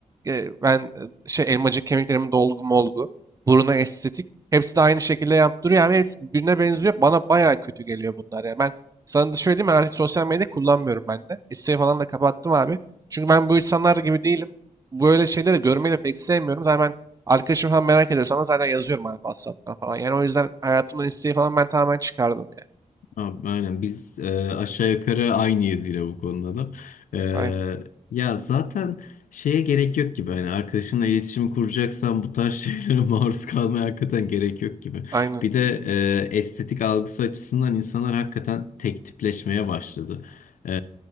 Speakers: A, on the right (about 25°); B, on the left (about 80°).
A: E, Ben e, şey elmacık kemiklerimin dolgu molgu. Buruna estetik. Hepsi de aynı şekilde yaptırıyor. Yani hepsi birbirine benziyor. Bana bayağı kötü geliyor bunlar. Yani ben sana da şöyle diyeyim mi? Artık sosyal medya kullanmıyorum ben de. İsteği falan da kapattım abi. Çünkü ben bu insanlar gibi değilim. Böyle şeyleri görmeyi de pek sevmiyorum. Zaten ben Arkadaşım falan merak ediyorsa ama zaten yazıyorum abi WhatsApp'tan falan. Yani o yüzden hayatımdan isteği falan ben tamamen çıkardım yani.
B: Abi, aynen biz e, aşağı yukarı aynıyız yine bu konuda da. E,
A: Aynen.
B: ya zaten şeye gerek yok gibi hani arkadaşınla iletişim kuracaksan bu tarz şeylere <laughs> maruz kalmaya hakikaten gerek yok gibi.
A: Aynen.
B: Bir de e, estetik algısı açısından insanlar hakikaten tek tipleşmeye başladı. E,